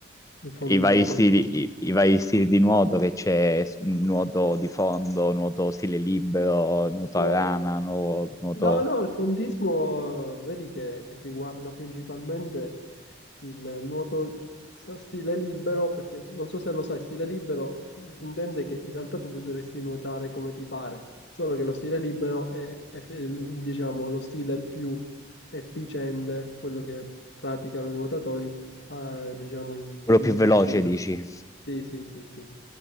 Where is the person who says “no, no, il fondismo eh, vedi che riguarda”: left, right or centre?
Left